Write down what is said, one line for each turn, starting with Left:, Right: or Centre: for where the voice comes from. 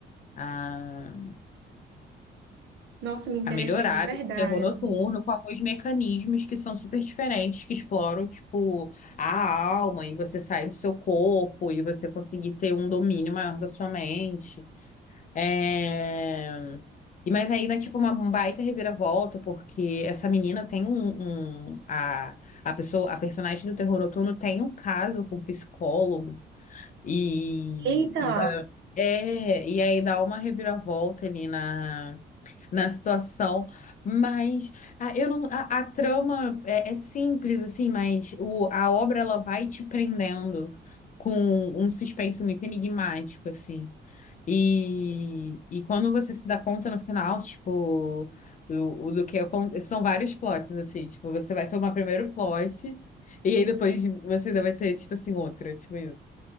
Left: a,
Right: nossa, me interessei
Left: a melhorar
Right: de verdade.
Left: o terror noturno com alguns mecanismos que são super diferentes, que exploram, tipo, a alma e você sair do seu corpo e você conseguir ter um domínio maior da sua mente. É... E mas aí dá tipo, uma um baita reviravolta, porque essa menina tem um, um- a, a pessoa, a personagem do Terror Noturno tem um caso com um psicólogo E,
Right: Eita,
Left: e dá- é, e aí dá uma reviravolta ali na, na situação, mas a, eu não, a, a trama é, é simples, assim, mas o, a obra ela vai te prendendo com um suspense muito enigmático, assim. E, e quando você se dá conta no final, tipo, o, o do que acon- são vários plots, assim, tipo, você vai tomar primeiro plot, e aí depois você ainda vai ter, tipo assim, outra, tipo isso.